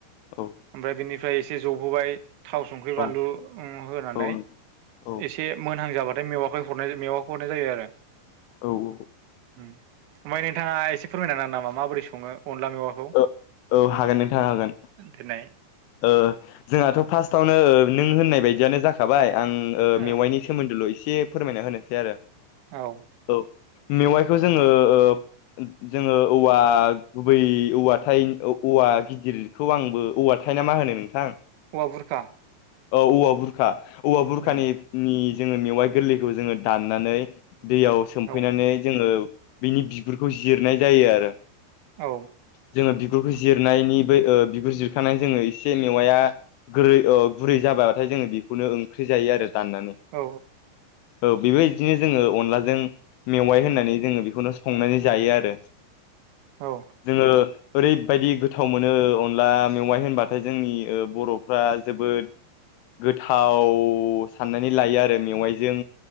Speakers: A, on the left; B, on the right.
A: औ
B: ओमफ्राय बेनि ओमफ्राय एसे जबहोबाय थाव संख्रि
A: औ
B: बानलु उम होनानै
A: औ नोंथां औ
B: एसे मोनहां जाबा थाय मेवाइखौ हरनाय मेवाइखौ हरनाय जायो आरो
A: औ औ
B: ओमफ्राय नोंथांङा एसे फोरमायना हागोन नामा माबोरै संङो अनला मेवाखौ
A: औ औ हागोन नोंथांङा हागोन
B: देनाय
A: ओ जोंहाथ' फार्स्टआवनो ओ नों होननाय बायदियानो जाखाबाय आं
B: ओ
A: मेवाइनि सोमोन्दोल' एसे फोरमायना होनोसै आरो
B: औ
A: औ मेवाइखौ जोंङो ओ जोंङो औवा गुबै औवाथाय औवा गिदिरखौ आंबो औवा थयना मा होनो नोंथां
B: औवा बुरखा
A: औ औवा बुरखा औवा बुरखानि
B: उम
A: जोंङो मेवाइ गोरलैखौ जोंङो दाननानै दैयाव सोमफैनानै
B: औ
A: जोंङो बिनि बिगुरखौ जिरनाय जायो आरो
B: औ
A: जोङो बिगुरखौ जिरनायनि बै ओ बिगुर जिरखानाय जोंङो एसे मेवाया गोरै ओ गुरै जाबाथाय जों बेखौनो ओंख्रि जायो आरो दाननानै
B: औ
A: औ बेबायदिनो जोंङो अनलाजों मेवाइ होननानै जोंङो बेखौनो संनानै जायो आरो
B: औ
A: जोङो ओरैबायदि गोथाव मोनो अनला मेवाइ होनबाथाय जोंनि ओ बर'फ्रा जोबोद गोथाव साननानै लायो आरो मेवाइजों